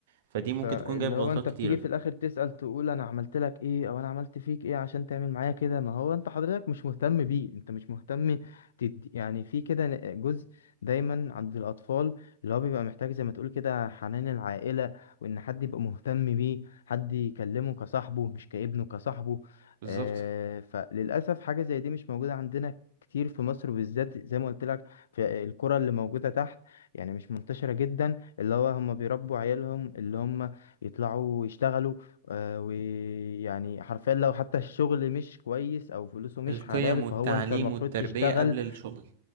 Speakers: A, on the right; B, on the left.
A: فدي
B: فاللي
A: ممكن تكون جايب غلطات
B: هو انت بتيجي
A: كتيرة
B: في الاخر تسأل تقول انا عملت لك ايه او انا عملت فيك ايه عشان تعمل معايا كده ما هو انت حضرتك مش مهتم بيه انت مش مهتم تدي يعني في كده ن- جزء دايما عند الاطفال اللي هو بيبقى محتاج زي ما تقول كده حنان العائلة وان حد يبقى مهتم بيه حد يكلمه كصاحبه مش كابنه كصاحبه
A: بالظبط
B: آه فللاسف حاجة زي دي مش موجودة عندنا كتير في مصر بالذات زي ما قلت لك في الكرة اللي موجودة تحت يعني مش منتشرة جدا اللي هو هم بيربوا عيالهم اللي هم يطلعوا يشتغلوا آه، ويعني حرفيا لو حتى الشغل مش كويس او فلوسه مش
A: القيم
B: حلال فهو
A: والتعليم
B: انت المفروض
A: والتربية
B: تشتغل
A: قبل الشغل